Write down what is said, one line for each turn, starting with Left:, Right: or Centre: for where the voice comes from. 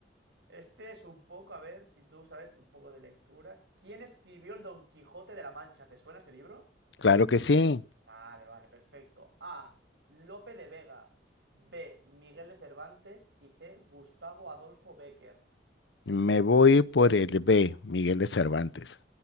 Right: Este es un poco, a ver si tú sabes un poco de lectura. ¿Quién escribió el Don Quijote de la Mancha? ¿Te suena ese libro?
Left: Claro que sí.
Right: Vale, vale, perfecto. A. Lope de Vega. B. Miguel de Cervantes. Y C. Gustavo Adolfo Bécquer.
Left: Me voy por el B, Miguel de Cervantes.